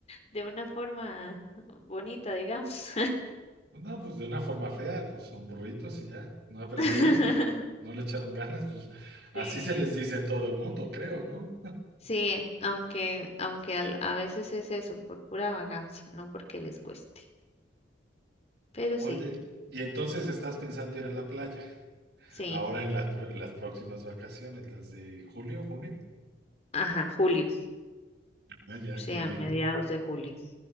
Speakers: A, on the left (about 35°); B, on the right (about 65°).
A: de una forma bonita, digamos.
B: Pues No, pues de una forma fea, pues son burritos y ya, no aprendieron,
A: <laughs>
B: no le echaron ganas, pues así
A: Sí.
B: se les dice en todo el mundo, creo, ¿no?
A: Sí, aunque, aunque al- a veces es eso, por pura vagancia, no porque les cueste. Pero
B: Oye,
A: sí.
B: y entonces estás pensando ir a la playa,
A: Sí,
B: ahora en las, pr- las próximas vacaciones, las de julio, junio.
A: ajá, julio,
B: Ah, ya,
A: sí,
B: qué
A: a
B: bien.
A: mediados de julio.